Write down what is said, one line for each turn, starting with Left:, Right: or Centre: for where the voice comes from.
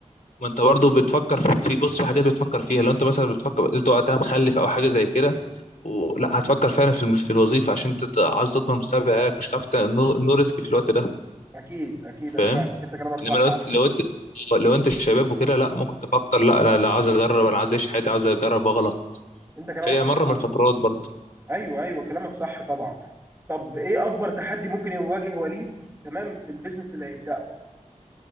Left: ما انت برضه بتفكر في في- بص في حاجات بتفكر فيها لو انت مثلا بتفكر انت وقتها مخلف او حاجه زي كده ولا هتفكر فعلا في الم- في الوظيفه عشان انت ت- عاوز تضمن مستقبل عيالك مش هتعرف تعمل- نو نو ريسك في الوقت ده
Right: اكيد اكيد
Left: فاهم
Right: انا فاهمك انت كلامك صح
Left: انما لو انت
Right: على فكره
Left: لو انت لو انت شباب وكده لا ممكن تفكر لا انا لا عاوز اجرب انا عاوز اعيش حياتي عاوز اجرب واغلط
Right: انت كلامك
Left: في
Right: مظبوط
Left: مره من الفترات برضه
Right: ايوه ايوه كلامك صح طبعا طب ايه اكبر تحدي ممكن يواجه وليد تمام في البيزنس اللي هيبداه